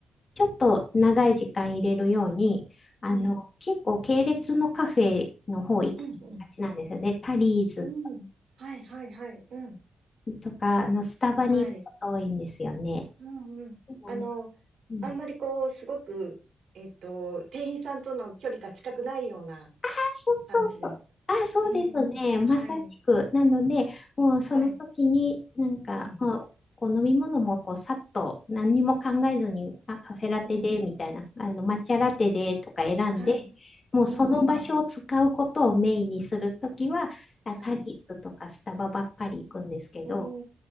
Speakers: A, on the left (about 30°); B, on the right (about 60°).
A: ちょっと長い時間入れるように、あの、
B: うん、
A: 結構系列のカフェの方行く行きがちなんですよね。
B: うん、うん、
A: タリーズ
B: うん、はい、はい、はい、うん、
A: とか、あの、スタバに行くこと多いんですよね。
B: はい、うん、うん。
A: う
B: あの、
A: ん、
B: あんまりこう、すごく、えっと、店員さんとの距離が近くないような
A: あ、そうそうそう。
B: 感じの。
A: あ、そうですね。
B: うん、
A: まさしく。
B: はい、
A: なので、もうその時に、
B: はい、
A: なんか、
B: うん、
A: まあ、こう飲み物もこうさっと何にも考えずに、あ、カフェラテで、
B: うん、
A: みたいな、あの、抹茶ラテでとか選んで、
B: はい、
A: もうその場所を使うことをメインにするときは、
B: うん、うん、
A: あ、
B: はい。
A: タリーズとかスタバばっかり行くんですけど、
B: うー